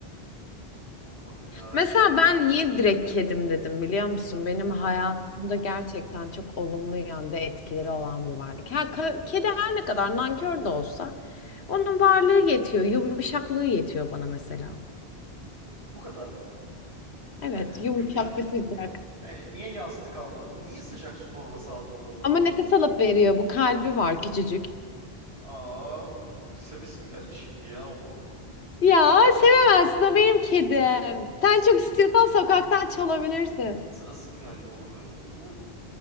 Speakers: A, on the right; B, on the left.
A: Allah'ım ya Rabbim.
B: Mesela ben
A: ya.
B: niye direkt kedim dedim biliyor musun? Benim
A: Neden?
B: hayatımda gerçekten çok olumlu yönde etkileri olan bir varlık. Ha, ka- kedi her ne kadar nankör de olsa onun varlığı yetiyor, yumuşaklığı yetiyor bana mesela.
A: Bu kadar mı?
B: Evet,
A: Hani
B: yumuşak
A: yumuşak.
B: ve sıcak.
A: E, niye yastık almadın? Niye sıcak su torbası almadın o zaman?
B: Ama nefes alıp veriyor. Bu kalbi var küçücük.
A: Aa sevesim geldi şimdi ya onu.
B: Ya sevemezsin o benim kedim. Sen
A: Is-
B: çok
A: ısırasım,
B: istiyorsan sokaktan çalabilirsin.
A: ısırasım geldi onu böyle. Uuu,